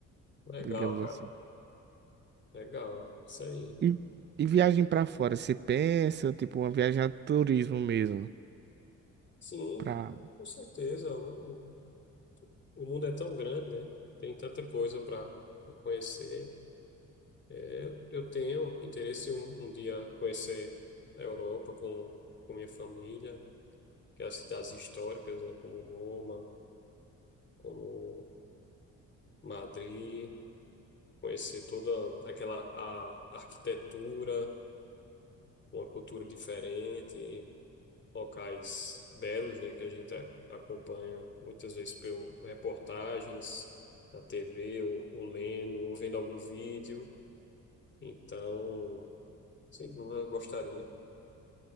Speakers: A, on the left; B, on the right.
A: legal,
B: digamos
A: cara.
B: assim.
A: Legal. Isso aí.
B: E, e viagem para fora, você pensa, tipo, uma viagem a turismo mesmo,
A: Sim,
B: para
A: com certeza. O- O mundo é tão grande, né? Tem tanta coisa para conhecer. Eu, eu tenho interesse em um, um dia conhecer a Europa com, com minha família, que é as cidades históricas, né? Como Roma, como Madrid, conhecer toda aquela a arquitetura, uma cultura diferente, locais belos, né? Que a gente a- acompanha muitas vezes por reportagens na TV, ou, ou lendo, ou vendo algum vídeo. Então, sem dúvida, eu gostaria.